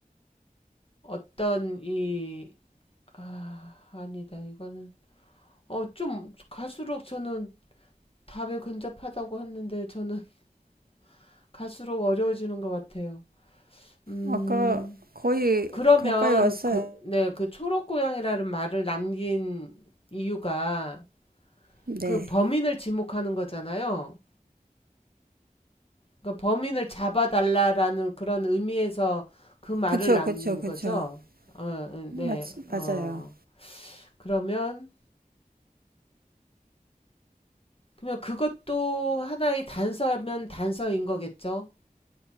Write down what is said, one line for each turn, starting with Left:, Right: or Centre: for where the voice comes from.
Left: 어떤 이, 아, 아니다. 이거는, 어, 좀 갈수록 저는 답에 근접하다고 했는데 저는 <laughs> 갈수록 어려워지는 것 같아요. 음,
Right: 아까 거의
Left: 그러면
Right: 가까이 왔어요.
Left: 그, 네, 그 초록 고양이라는 말을 남긴 이유가
Right: 네.
Left: 그 범인을 지목하는 거잖아요. 그러니까 범인을 잡아달라라는 그런 의미에서 그 말을
Right: 그쵸,
Left: 남긴
Right: 그쵸, 그쵸.
Left: 거죠. 어, 어,
Right: 맞,
Left: 네, 어.
Right: 맞아요.
Left: 그러면, 그러면 그것도 하나의 단서면 단서인 거겠죠?